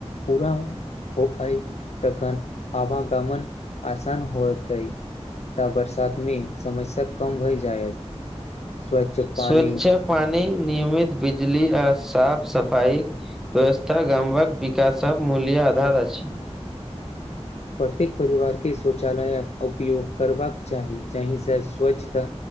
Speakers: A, on the left; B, in the centre.
A: पूरा होइ तखन आवागमन आसान होतै तऽ बरसातमे समस्या कम भए जायत स्वच्छ पानी
B: स्वच्छ पानी नियमित बिजली आ साफ सफाई व्यस्था गामक विकासक मूल्य आधार अछि
A: प्रत्येक परिवारके शौचालयक उपयोग करबाक चाही जाहि सँ स्वच्छता